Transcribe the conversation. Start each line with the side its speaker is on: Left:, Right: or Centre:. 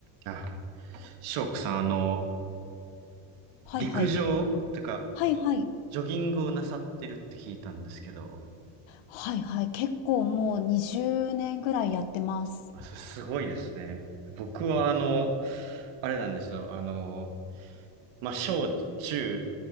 Right: あ、翔子さん、あの、
Left: はいはい。
Right: 陸上というか、
Left: はいはい。
Right: ジョギングをなさってるって聞いたんですけど、
Left: はいはい。結構もう20年ぐらいやってます。
Right: あ、それすごいですね。僕は、あの、あれなんですよ。あの、まあ、小中